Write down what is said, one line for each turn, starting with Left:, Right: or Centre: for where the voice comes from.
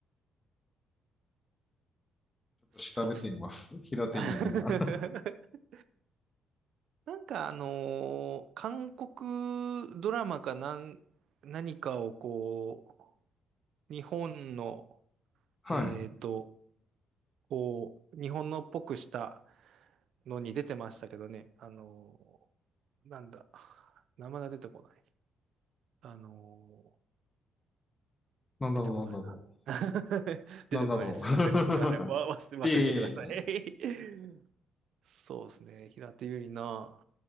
Right: <laughs> そうっす。
Left: 調べてみます。平手ゆりな。
Right: <laughs> なんかあのー韓国ドラマかなん、何かをこう、日本の、
Left: <laughs> はい。
Right: えっと、こう、日本のっぽくしたのに出てましたけどね、あのー、なんだ、名前が出てこない。あの
Left: なんだろう、
Right: ー、出てこないな。
Left: なんだろ
Right: <laughs>
Left: う。
Right: 出てこないです。
Left: なんだろう。
Right: すいません。すいません。わ、忘れ忘れてください。
Left: <laughs> ええ
Right: <laughs> そうですね。平手友梨奈